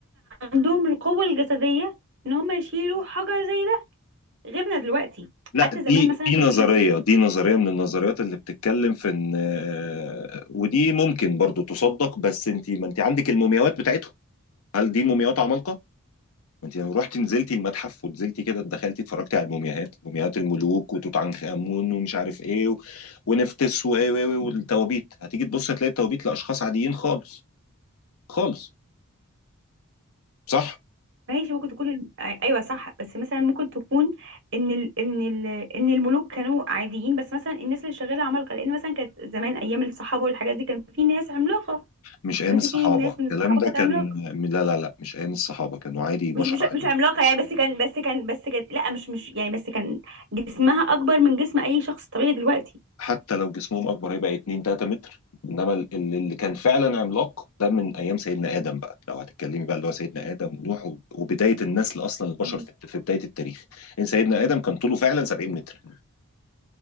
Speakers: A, on the right; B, on the left.
A: عندهم القوة الجسدية ان هم يشيلوا حجر زي ده غيرنا دلوقتي
B: لا
A: حتى
B: دي
A: زمان مثلا
B: دي
A: كانت
B: نظرية
A: يقولك
B: دي نظرية من النظريات اللي بتتكلم في ان آه، ودي ممكن برضو تصدق بس انت ما انت عندك المومياوات بتاعتهم هل دي مومياوات عمالقة؟ ما انت لو رحتي نزلتي المتحف ونزلتي كده دخلتي اتفرجتي على المومياوات مومياوات الملوك وتوت عنخ امون ومش عارف ايه و... ونفتس و... و... و... والتوابيت هتيجي تبصي هتلاقي التوابيت لاشخاص عاديين خالص خالص صح؟
A: ماشي ممكن تكون الم- ايوه صح بس مثلا ممكن تكون ان ال... ان ال... ان الملوك كانوا عاديين بس مثلا الناس اللي شغاله عمالقه لان مثلا كانت زمان ايام الصحابه والحاجات دي كان في ناس عملاقه
B: مش ايام
A: مثلا
B: الصحابة
A: في ناس من الصحابه
B: الكلام ده
A: كانت
B: كان
A: عملاقه
B: لا لا لا مش ايام الصحابة كانوا عادي بشر
A: مش مش
B: عادي
A: مش عملاقه يعني بس كان بس كان بس كان لا مش مش يعني بس كان جسمها اكبر من جسم اي شخص طبيعي دلوقتي
B: حتى لو جسمهم اكبر هيبقى 2 3 متر انما ال- اللي كان فعلا عملاق ده من ايام سيدنا ادم بقى لو هتتكلمي بقى اللي هو سيدنا ادم ونوح وب- وبدايه النسل اصلا البشر
A: مم.
B: في في بدايه التاريخ ان سيدنا ادم كان طوله فعلا 70 متر